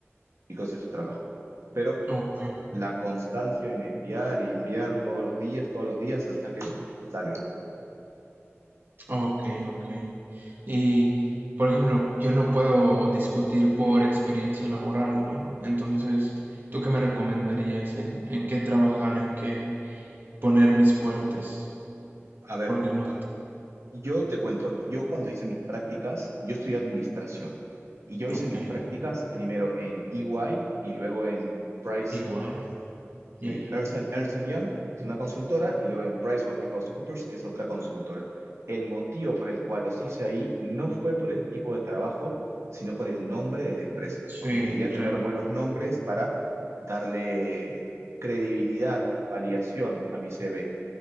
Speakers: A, on the right; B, on the right.
A: y consigas su trabajo. Pero
B: Ok.
A: la constancia en enviar y enviar todos los días, todos los días hasta que salga.
B: Ok, ok. Y, por ejemplo, yo no puedo discutir por experiencia laboral, ¿no? Entonces, ¿tú qué me recomendarías en, en qué trabajar, en qué poner mis fuertes?
A: A ver,
B: Porque no...
A: yo te cuento, yo cuando hice mis prácticas, yo estudié administración y yo hice
B: Ok,
A: mis prácticas primero en EY y y luego en Price
B: igual.
A: Sí,
B: Ya, ya.
A: Ernst, and- Ernst and Young es una consultora y luego en PricewaterhouseCoopers, que es otra consultora. El motivo por el cual los hice ahí no fue por el tipo de trabajo, sino por el nombre de la empresa,
B: Sí,
A: porque quería tener
B: claro.
A: buenos nombres para darle credibilidad, validación a mi CV.